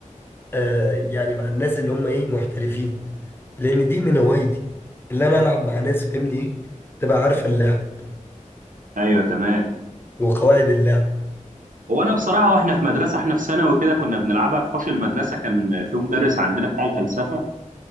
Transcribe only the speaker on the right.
ايوه تمام
هو انا بصراحه واحنا في مدرسه احنا في ثانوي كده كنا بنلعبها في حوش المدرسه كان في مدرس عندنا بتاع الفلسفه